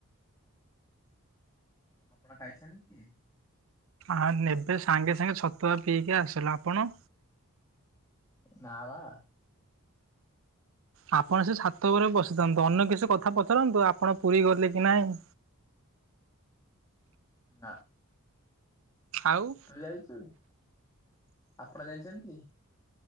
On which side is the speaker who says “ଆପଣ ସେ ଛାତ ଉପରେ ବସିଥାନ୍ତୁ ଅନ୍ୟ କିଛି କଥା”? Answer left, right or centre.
Right